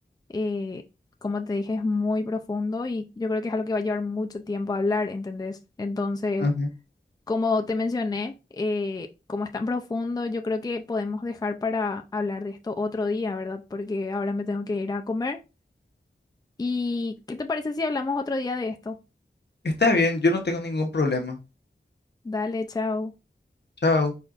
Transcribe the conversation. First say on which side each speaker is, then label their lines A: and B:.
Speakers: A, on the left (about 20°); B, on the left (about 60°).
A: eh, como te dije, es muy profundo y yo creo que es algo que va a llevar mucho tiempo hablar, ¿entendés? Entonces,
B: Ajá.
A: como te mencioné, eh, como es tan profundo, yo creo que podemos dejar para hablar de esto otro día, ¿verdad? Porque ahora me tengo que ir a comer. ¿Y qué te parece si hablamos otro día de esto?
B: Está bien, yo no tengo ningún problema.
A: Dale, chao.
B: Chao.